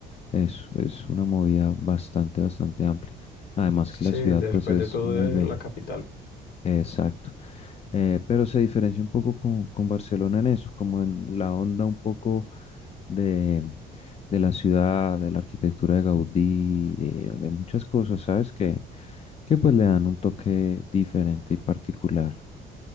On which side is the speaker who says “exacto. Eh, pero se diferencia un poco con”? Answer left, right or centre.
Left